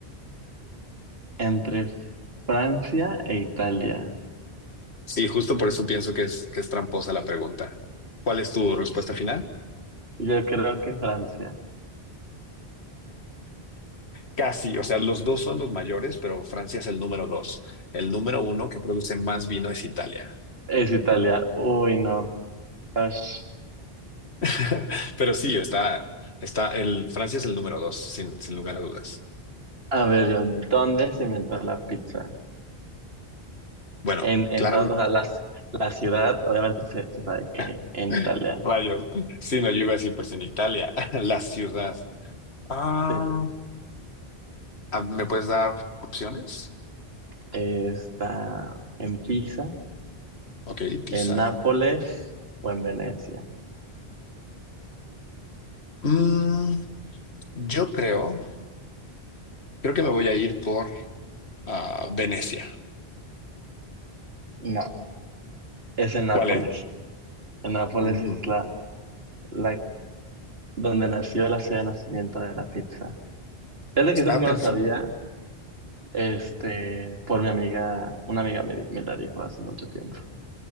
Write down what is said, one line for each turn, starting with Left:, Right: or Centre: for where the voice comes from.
Right: entre Francia e Italia.
Left: Y justo por eso pienso que es, que es tramposa la pregunta. ¿Cuál es tu respuesta
Right: Pues,
Left: final?
Right: yo creo que Francia.
Left: Casi, o sea, los dos son los mayores, pero Francia es el número dos. El número uno que produce más vino es Italia.
Right: Es Italia. Uy, no. Ash.
Left: <laughs> Pero sí, está, está, el Francia es el número dos, sin, sin lugar a dudas.
Right: A ver, yo, ¿dónde se inventó la pizza?
Left: Bueno,
Right: En, en
Left: claramente,
Right: dónde, o sea, las- la ciudad, obviamente se, se sabe que
Left: <clears throat>
Right: en
Left: <laughs>
Right: Italia.
Left: rayos. Sí, no, yo iba a decir, pues en Italia, <laughs> la ciudad. Ah,
Right: Sí.
Left: ah, ¿me puedes dar opciones?
Right: Está en Pisa.
Left: Ok, Pisa.
Right: ¿En Nápoles o en Venecia?
Left: Mm, yo creo, creo que me voy a ir por ah, Venecia.
Right: No, es en
Left: ¿Cuál
Right: Nápoles.
Left: es?
Right: En Nápoles
Left: Mm,
Right: es la, la donde nació la ciudad de nacimiento de la pizza. Desde
Left: estaba
Right: que eso sí me
Left: pensando.
Right: lo sabía, este, por mi amiga, una amiga me, di- me la dijo hace mucho tiempo.